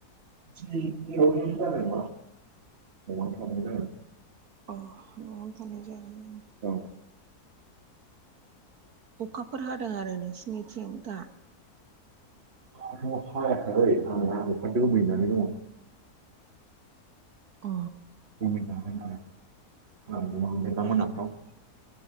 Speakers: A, on the right; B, on the right.
A: दिनै दैयावथ जानाय नङा न'आव थां
B: अ न'आवनो थांनाय जागोन
A: औ
B: उ अखाफोर हादों आरो नोंसिनिथिं दा
A: अखाथ' हायाखालै हाहां अखा दोमैनानै दङ।
B: अ
A: <inaudible>